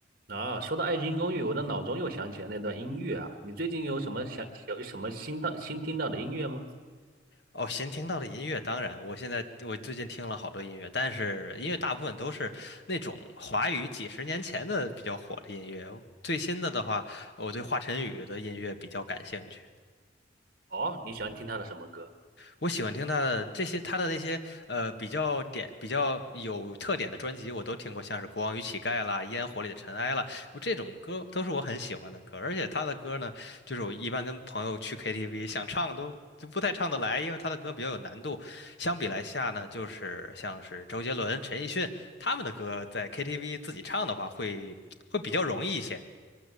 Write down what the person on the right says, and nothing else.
啊，说到《爱情公寓》，我的脑中又想起了那段音乐啊。你最近有什么想有什么新到新听到的音乐吗？
哦，你喜欢听他的什么歌？